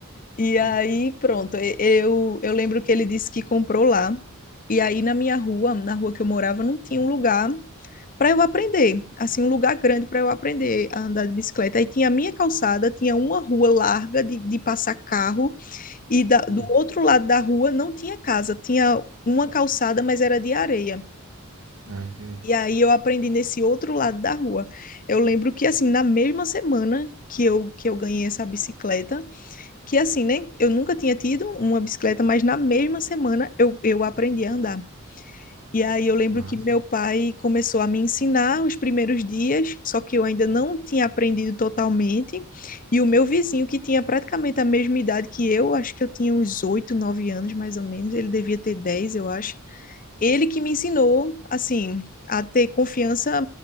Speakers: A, on the left; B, on the right.
A: E aí,
B: Hum.
A: pronto, e- eu, eu lembro que ele disse que comprou lá. E aí, na minha rua, na rua que eu morava, não tinha um lugar para eu aprender, assim, um lugar grande para eu aprender a andar de bicicleta. Aí tinha a minha calçada, tinha uma rua larga de, de passar carro E da- do
B: Hum.
A: outro lado da rua não tinha casa, tinha uma calçada, mas era de areia.
B: Ah, entendi.
A: E aí eu aprendi nesse outro lado da rua. Eu lembro que assim, na mesma semana que eu que eu ganhei essa bicicleta, que assim, né? Eu nunca tinha tido uma bicicleta, mas na mesma semana eu, eu aprendi a andar. E aí eu lembro
B: Massa.
A: que meu pai começou a me ensinar os primeiros dias, só que eu ainda não tinha aprendido totalmente. E o meu vizinho, que tinha praticamente a mesma idade que eu, acho que eu tinha uns 8 9 anos mais ou menos, ele devia ter 10 eu acho. Ele que me ensinou, assim, a ter confiança,